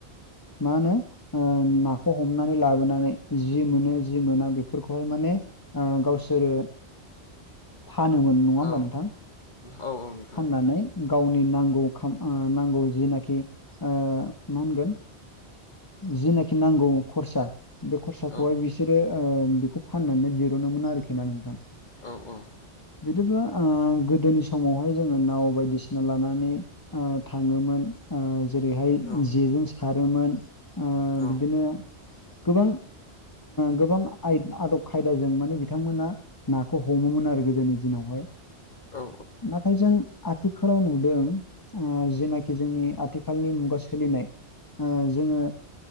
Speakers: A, on the left; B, on the left.
A: मा होनो ओ नाखौ हमनानै लाबोनानै जि मोनो जि मोना बेफोरखौहाय माने ओ गावसोरो फानोमोन नङा होमबा
B: औ
A: नोंथां?
B: औ औ नोंथां।
A: नानै गावनि नांगौ नांगौ जिनाखि ओ मा होनगोन जेनाखि नांगौ खरसा बे खरसाखौहाय
B: औ
A: बिसोरो बेखौ फाननानै दिरुनोमोन आरोखि ना नोंथां
B: औ औ
A: बिदिब्ला ओ गोदोनि समावहाय जोङो नाव बायदिसिना लानानै ओ थाङोमोन ओ जेरैहाय
B: औ
A: जेजों सारोमोन ओ
B: औ औ उम
A: बिदिनो
B: औ
A: गोबां गोबां आदब खायदाजों माने बिथांमोना नाखौ हमोमोन आरो गोदोनि दिनावहाय
B: औ
A: नाथाय जों आथिखालाव नुदों जेनाखि जोंनि आथिखालनि मुगा सोलिनाय जोङो